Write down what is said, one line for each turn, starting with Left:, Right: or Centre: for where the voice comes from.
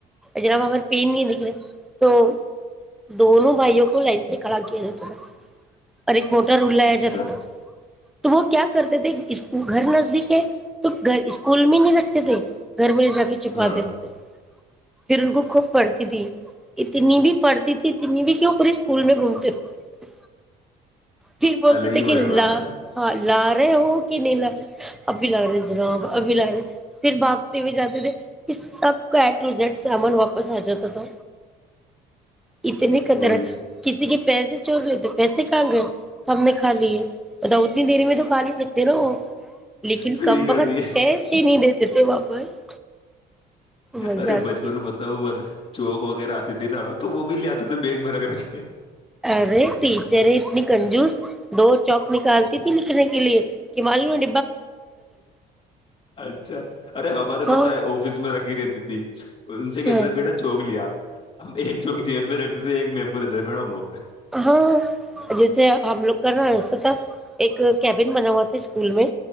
Centre: جرا بابار پین نہیں دیکھ رہے تو دونوں بھائیوں کو لائن سے کھڑا کیا جاتا تھا اورر ایک موٹا رولایا
Left: اچھا
Centre: تھا تو وہ کیا کرتے تھے اس گھر نزدیک ہے تو گھر اسکول میں نہیں رکھتے تھے گھر میںل جا کے چپا
Left: ہاں
Centre: دیتے تھے پھر ان کو خوب پڑھتی تھی اتنی بھی پڑھتی تھی اتنی بھی کیوں پورے اسکول میں گھومتے تھے پھر بولتے
Left: الگ ہی
Centre: تھے کہ
Left: مزہ
Centre: لا
Left: تھا
Centre: ہاں لا رہے وہ نہیں لا رہے ابھی لا رہے جناب ابھی لا رہے پھر بھاگتے ہوئے جاتے تھے سب کا ایڈ ٹو زڈ سامان واپس آ جاتا تھا اتنے خطرہ
Left: وہی
Centre: کسی کے پیسے چھوڑ لیتے پیسے کھائیں گے تو ہم نے کھا لیے بتا اتنی دری میں تو کھا نہیں سکتے نا وہ لیکن
Left: فری
Centre: کم
Left: کر
Centre: وقت
Left: دیے
Centre: پسے ہی نہیں دیتے تھے واپس مزہ
Left: ارے
Centre: آتی
Left: بچپن
Centre: تھی
Left: بتا بات چوک وغیرہ آتی تھی نا تو وہ بھی لے آتے تھے بیگ میں رکھ رکھ
Centre: ارے پٹیچر ہے اتنی کنجوس دو چوک نکالتی تھی نکنے کے لیے کہ مالوڈ
Left: اچھا ارے ہمارے
Centre: ہاں
Left: پتا ہے آفس میں رکھی رہتی تھی ان سے کہتے
Centre: ہاں
Left: تھے بیٹا چوک لیا ہم ایک چوک جیب میں رکھتے تھے ایک میم کو دیتے مڈ لو
Centre: ہاں جیسے ہم لوگ کرنا تھا ایک کیبن بنا ہوا تھا اسکول میں